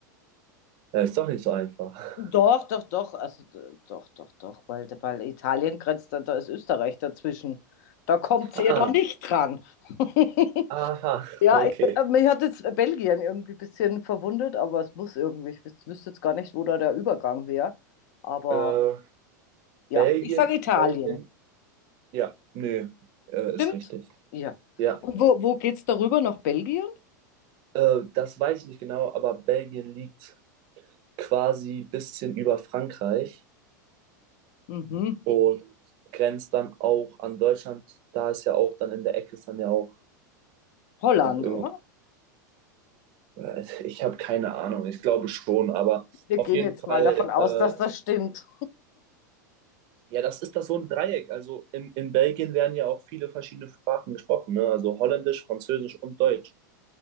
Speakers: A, on the right (about 50°); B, on the left (about 60°).
A: Äh, ist doch nicht so einfach. <laughs>
B: Doch, doch, doch, also d- doch, doch, doch, weil, weil Italien grenzt, da, da ist Österreich dazwischen. Da kommt
A: Ah,
B: ihr doch nicht dran. <laughs>
A: aha,
B: Ja,
A: okay.
B: ich, äh, mich hat jetzt Belgien irgendwie ein bisschen verwundert, aber es muss irgendwie, ich wüs wüsste jetzt gar nicht, wo da der Übergang wäre. Aber
A: Äh,
B: ja,
A: Belgien,
B: ich sage Italien.
A: Belgien, ja, nö, äh,
B: Stimmt?
A: ist richtig.
B: Ja.
A: Ja,
B: Und wo, wo geht's darüber? Nach Belgien?
A: äh, das weiß ich nicht genau, aber Belgien liegt quasi ein bisschen über Frankreich
B: Mhm.
A: und grenzt dann auch an Deutschland. Da ist ja auch dann in der Ecke ist dann ja auch
B: Holland,
A: noch irgendwas.
B: oder?
A: Äh, Ich habe keine Ahnung, ich glaube schon, aber
B: Wir
A: auf
B: gehen
A: jeden
B: jetzt
A: Fall,
B: mal davon aus,
A: äh,
B: dass das stimmt.
A: ja, das ist das so ein Dreieck. Also in, in Belgien werden ja auch viele verschiedene Sprachen gesprochen, ne? Also Holländisch, Französisch und Deutsch.